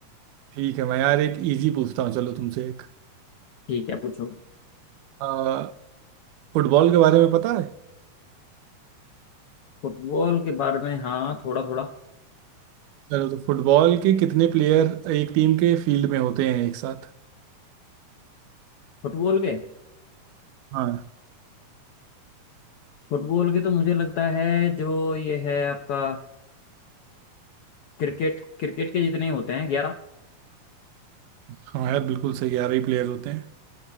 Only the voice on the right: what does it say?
ठीक है मैं यार एक इजी पूछता हूँ चलो तुमसे एक
आ, फुटबॉल के बारे में पता है
चलो तो फुटबॉल के कितने प्लेयर एक टीम के फील्ड में होते हैं एक साथ
हाँ
हाँ यार बिल्कुल सही ग्यारह ही प्लेयर होते हैं